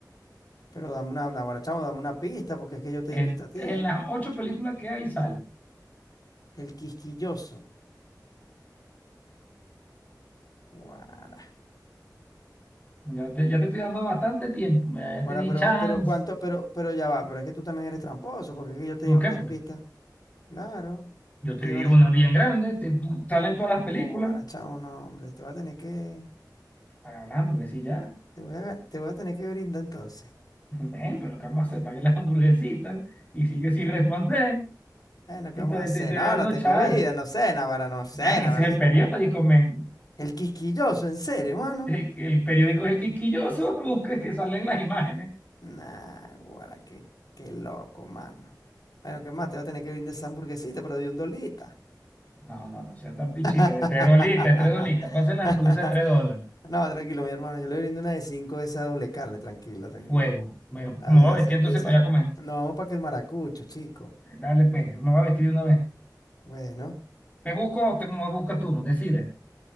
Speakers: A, on the left (about 65°); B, on the left (about 20°).
A: Pero dame una, ahora chamo, dame una pista, porque es que yo te
B: En,
A: di pista a ti.
B: en las ocho películas que hay sale.
A: El quisquilloso. Guara.
B: Ya te, ya te estoy dando bastante tiempo, mira, ya
A: Guara,
B: te di
A: pero,
B: chance.
A: pero cuánto, pero, pero ya va, pero es que tú también eres tramposo, porque es que yo te
B: ¿Por
A: di varias
B: qué? Pues
A: pistas. Claro,
B: yo
A: yo
B: te
A: te
B: di
A: di varias
B: una
A: pistas.
B: bien grande, te, tú- salen todas las películas,
A: No, guara, chamo, no, hombre, te voy a tener que,
B: paga las hamburguesitas ya.
A: te voy a, te voy a tener que brindar entonces.
B: <laughs> Ven, pero ¿qué vamos a hacer? Paga las hamburguesitas y sigue sin responder
A: Bueno, ¿qué
B: y
A: vamos
B: te,
A: a hacer?
B: te, te
A: No,
B: dando
A: no tengo
B: chance.
A: vida, no sé, naguará, no sé,
B: Man,
A: naguará.
B: ese es el periódico, men.
A: El quisquilloso, en serio, mano.
B: El, el periódico es el quisquilloso, <laughs> busca que salen las imágenes.
A: Nah, guara, qué, qué loco, mano. Bueno, ¿qué más? Te va a tener que brindar esa hamburguesita, pero de un dolita.
B: No, no, no sea tan pichirre,
A: <laughs>
B: de tres dolitas, de tres dolitas, pasen las hamburguesas de tres dólares.
A: No, tranquilo, mi hermano. Yo le brindo una de cinco de esa doble carne, tranquilo, tranquilo.
B: Fuego, me,
A: Dale
B: me voy
A: de
B: a
A: esa,
B: vestir entonces
A: de esa.
B: para allá a comer.
A: Nos vamos para que el maracucho, chico.
B: Dale, pues, yo me voy a vestir de una vez.
A: Bueno,
B: ¿Te busco o te, me buscas tú? Decide.